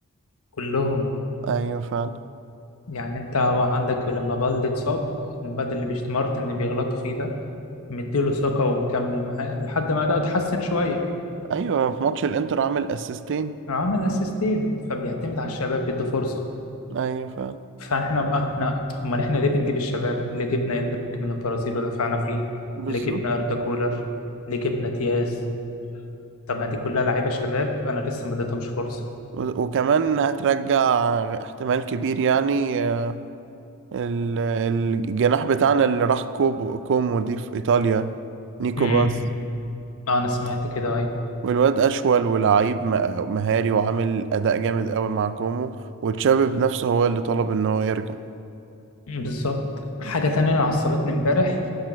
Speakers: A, on the left; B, on the right.
A: كلهم
B: ايوه فعلا
A: يعني انت هو عندك لما بالدي اتصاب الواد اللي بيشتمرت ان بيغلطوا فيه ده مديله ثقة ومكمل معاه لحد ما ده اتحسن شوية
B: ايوه في ماتش الانتر عامل اسيستين
A: عمل اسيستين فبيعتمد على الشباب بيدي فرصة
B: ايوه فعلا
A: فاحنا بقى احنا امال احنا ليه بنجيب الشباب اللي جبنا اندريك من البرازيل ودفعنا فيه
B: بالظبط
A: اللي جبنا اردا جولر اللي جبنا دياز طب ما دي كلها لعيبة شباب انا لسه ما اديتهمش فرصة
B: و- وكمان هترجع احتمال كبير يعني آه، ال- الجناح بتاعنا اللي راح كوبو كومو دي في إيطاليا نيكو
A: امم
B: باس
A: اه انا سمعت كده اهي
B: والواد أشول ولعيب م- مهاري وعامل أداء جامد قوي مع كومو وتشابي بنفسه هو اللي طلب إن هو يرجع
A: بالظبط حاجة تانية أنا عصبتني امبارح